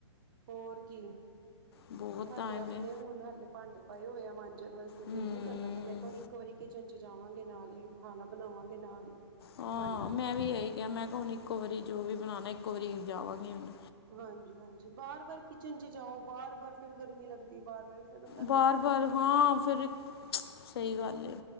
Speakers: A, on the right; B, on the left.
A: ਹੋਰ ਕੀ
B: ਬਹੁਤ
A: ਸਾਡੇ
B: ਟਾਈਮ
A: ਆਪਣੇ
B: ਹੈ
A: ਹੁਨ ਹਲੇੇ ਭਾਂਡੇ ਪਾਏ ਹੋਏ ਆ ਮਾਂਜਣ ਵਾਸਤੇ
B: ਹੂੰ
A: ਦਿਲ ਨੀ ਕਰ ਮੈਂ ਕਿਹਾ ਇੱਕ ਵਾਰੀ ਕਿਚਨ ਚ ਜਾਵਾਂਗੇ ਨਾਲ ਹੀ ਖਾਣਾ ਬਣਾਵਾਂਗੇ ਨਾਲ ਹੀ
B: ਹਾਂ
A: ਭਾਂਡੇ
B: ਮੈਂ ਵੀ ਇਹੀ ਕਿਹਾ ਮੈਂ ਕਿਹਾ ਹੁਣ ਇੱਕੋ ਵਾਰੀ ਜੋ ਵੀ ਬਣਾਉਣਾ ਇੱਕੋ ਵਾਰੀ ਜਾਵਾਂਗੀ ਹੁਣ
A: ਹਾਂਜੀ ਹਾਂਜੀ ਬਾਰ ਬਾਰ ਕਿਚਨ ਚ ਜਾਓ ਬਾਰ ਬਾਰ ਫਿਰ ਗਰਮੀ ਲੱਗਦੀ ਬਾਰ ਬਾਰ ਫਿਰ ਬੰਦਾ
B: ਬਾਰ
A: ਇੱਕੋ
B: ਬਾਰ
A: ਵਾਰੀ
B: ਹਾਂ ਫਿਰ ਸਹੀ ਗੱਲ ਹੈ